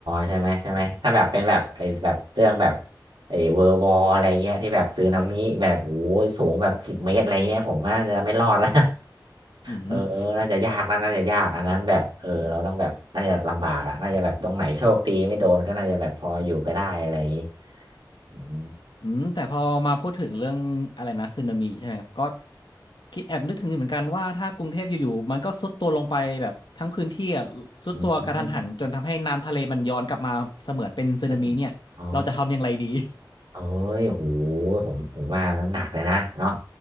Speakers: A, on the right; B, on the left.
A: ใช่ไหมใช่ไหมถ้าแบบเป็นแบบไอ้แบบเรื่องแบบไอ้เวอร์วอลอะไรเงี้ยที่แบบสึนามิแบบโอ้ยสูงแบบสิบเมตรอะไรเงี้ยผมน่าจะไม่รอดแล้ว
B: อืม
A: เออเออน่าจะยากนะน่าจะยากอันนั้นแบบเออเราต้องแบบน่าจะลำบากอะน่าจะแบบตรงไหนโชคดีไม่โดนก็น่าจะแบบพออยู่ไปได้อะไรอย่างนี้อืม
B: อืมแต่พอมาพูดถึงเรื่องอะไรนะสึนามิใช่ไหมก็คิดแอบนึกถึงอยู่เหมือนกันว่าถ้ากรุงเทพอยู่ๆมันก็ทรุดตัวลงไปแบบทั้งพื้นที่อะทรุดตัวกระทันหันจนทำให้น้ำทะเลมันย้อนกลับมาเสมือนเป็นสึนามิเนี่ยเราจะทำอย่างไรดี
A: อืมเฮ้ยอ๋อเอ้ยโหผมผมว่ามันหนักเลยนะเนาะ